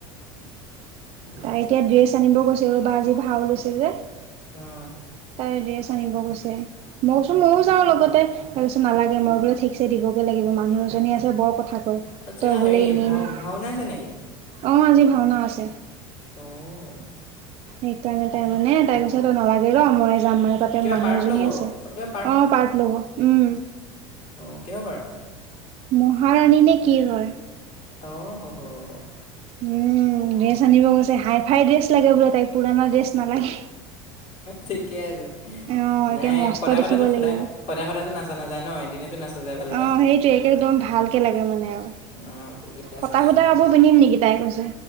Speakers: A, on the left; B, on the right.
A: <inaudible>
B: তাই
A: ঠিকে
B: এতিয়া ড্ৰেছ
A: আছে
B: আনিব গৈছিলো বা আজি ভাও লৈছে যে।
A: অ'।
B: তাই ড্ৰেছ আনিব গৈছে মোকচোন ময়ো
A: অঁ
B: যাওঁ লগতে তাই নালাগে মই বোলে ঠিকছে দিবগৈ লাগিব মানুহ এজনী আছে বৰ কথা কয়।
A: আচ্ছা
B: তই বোলে
A: হেৰি
B: এনেই
A: ভাও
B: এনেই
A: ভাওনা আছে নেকি?
B: অ', আজি ভাওনা আছে।
A: অ'।
B: সেইকাৰণে তাই মানে তাই কৈছে নালাগে ৰ ময়ে যাম মানে। তাতে
A: কিবা
B: মানুহ
A: পাৰ্ট
B: এজনী
A: ল'ব
B: আছে অ'
A: কিবা
B: পাৰ্ট ল'ব উম।
A: অ', কিহৰ পাৰ্ট?
B: মহাৰাণী নে কি হয়।
A: অহহ!
B: উম, ড্ৰেছ আনিব গৈছে হাই ফাই ড্ৰেছ লাগে বোলে তাইক পুৰণা ড্ৰেছ নালাগে।
A: ঠিকে আছে
B: অ একে
A: নাই
B: মস্ত
A: সদায়
B: দেখিব
A: সদায়টো সদায়
B: লাগিব
A: সদায় সদায়টো নাচা নাযা ন এদিনেটো নাচা যায় ভালকে
B: অ', সেইটোৱে একে একদম ভালকে লাগে মানে আৰু।
A: অঁ ঠিকে আছে
B: ফটা ফুটা কাপোৰ পিন্ধিম নেকি তাই কৈছে।